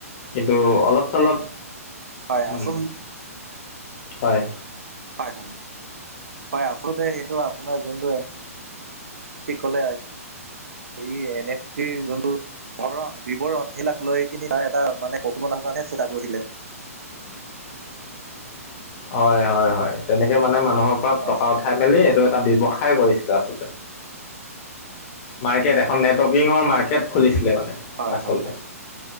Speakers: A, on the left; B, on the right.
A: কিন্তু অলপ চলপ
B: হয়
A: উম
B: আচোন
A: হয়।
B: হয় হয়, হয় আচলতে সেইটো আপোনাৰ যোনটো কলে আহি আহ এন এফ চি যোনটো হৰণ বিৱৰণ সেইবিলাক লৈ কিনি তাৰ এটা মানে ক কিব কাৰণহে চেষ্টা কৰিলে।
A: <inaudible> হয় হয় হয় তেনেকে মানে মানুহৰ পৰা
B: হয়
A: টকা উঠাই মেলি এইটো এটা ব্যৱসায় কৰিছিলে আচলতে মাৰ্কেট এখন নেটৱৰ্কিঙৰ মাৰ্কেট খুলিছিলে মানে
B: হয়
A: আচলতে
B: হয় হয়